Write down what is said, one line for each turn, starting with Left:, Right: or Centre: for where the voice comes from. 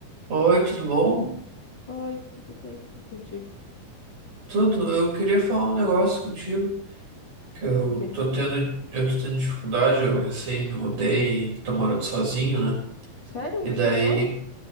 Right: Oi, tudo bom?
Left: Oi, tudo bem? E contigo?
Right: Tudo. Eu queria falar um negócio contigo, que eu
Left: O quê?
Right: tô tendo, eu tô tendo dificuldade, eu recém me mudei, tô morando sozinho, né?
Left: Sério?
Right: E
Left: Tu
Right: daí,
Left: se mudou?